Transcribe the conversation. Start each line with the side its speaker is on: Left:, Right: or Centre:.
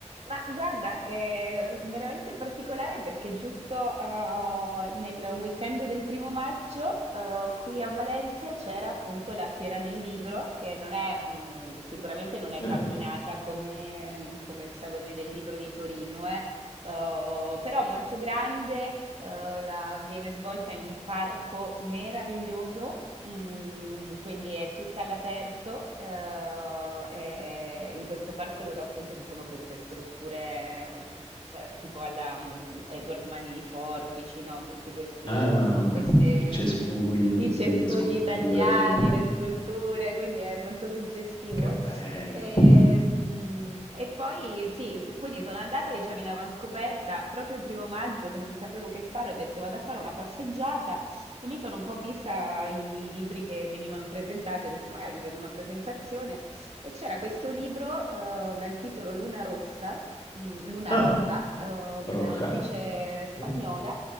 Right: Ma guarda, è veramente particolare perché giusto eh, nel weekend del primo maggio eh, qui a Valencia c'era appunto la Fiera del Libro, che non è, mm, sicuramente non è
Left: Eh,
Right: patinata
Left: guarda.
Right: come, come il Salone del Libro di Torino, eh, eh, però molto grande, eh, la- viene svolta in un parco meraviglioso. Mm, quindi è tutta all'aperto, eh, è in questo parco dove appunto ci sono queste strutture, mm, cioè, tipo alla mm, Edward Mani di Forbici, no? Tutti questi,
Left: Ah,
Right: queste-
Left: il cespugli,
Right: <laughs>
Left: tutte
Right: i cespugli
Left: le sculture
Right: tagliati,
Left: di...
Right: le sculture, quindi è molto suggestivo.
Left: Che bello.
Right: Ehm, E, poi sì, s- quindi sono andata, diciamo, in avanscoperta proprio il primo maggio che non sapevo che fare, ho detto vado a fare una passeggiata e mi sono un po' vista i libri che venivano presentati, ho detto magari mi vedo una presentazione e c'era questo libro eh, dal titolo Luna Rossa, mm, Luna
Left: Ah,
Right: Roja, eh, di
Left: Roja,
Right: un'autrice
Left: ovviamente.
Right: spagnola